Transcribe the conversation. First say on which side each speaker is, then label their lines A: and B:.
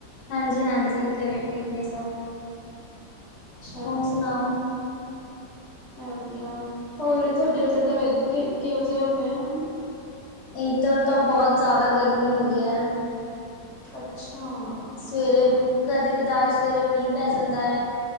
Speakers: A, on the left (about 75°); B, on the left (about 55°).
A: ਹਾਂਜੀ ਹਾਂਜੀ, ਘਰੇ ਠੀਕ ਨੇ ਸਭ।
B: ਅੱਛਾ
A: ਹੋਰ ਸੁਣਾੳ
B: ਮੈਂ ਵਧੀਆ, ਹੋਰ ਤੁਹਾਡੇ ਉਧਰ ਦਾ ਵੈਦਰ ਕਿਹੋ ਜਿਹਾ ਹੋ ਰਿਹਾ ਹੁਣ
A: ਏਧਰ ਤਾਂ ਬੋਤ ਜਾਦਾ ਗਰਮੀ ਹੋ ਰੀ ਐ।
B: ਅੱਛਾ
A: ਸਵੇਰੇ ਕਦੀ ਕਦਾਰ ਸਵੇਰੇ ਮੀਂਹ ਪੈ ਜਾਂਦਾ ਐ।